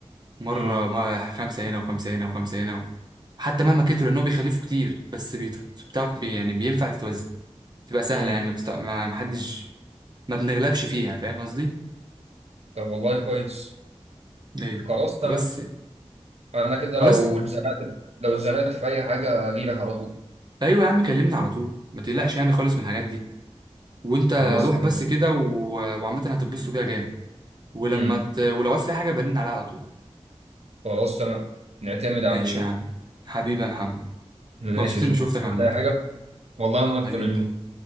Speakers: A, on the right; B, on the right.
A: مره
B: امم
A: ما خمسه هنا وخمسه هنا وخمسه هنا حتى مهما كتروا لانهم بيخلفوا كتير بس بيت- بتعرف بي يعني بينفع تتوزع تبقى سهله
B: امم
A: يعني ما بتتع... ما ما حدش ما بنغلبش فيها فاهم قصدي
B: طب والله كويس
A: ايوه
B: خلاص تمام
A: بس
B: انا كده
A: خلاص
B: لو اتزنقت لو اتزنقت في اي حاجه اجيلك على طول
A: ايوه يا عم كلمني على طول ما تقلقش يعني خالص من الحاجات دي وانت
B: خلاص
A: روح
B: تمام
A: بس كده و... وعامة هتتبسطوا بيها جامد ولما
B: امم
A: ت... ولو عايز تلاقي حاجة برن عليها على طول
B: خلاص تمام نعتمد
A: ماشي
B: على جو
A: يا عم حبيبي يا محمد
B: ماشي
A: مبسوط
B: يا
A: اني
B: جو
A: شفتك
B: تقول
A: عامة
B: اي حاجه والله انا
A: حبيبي
B: اكتر يا جو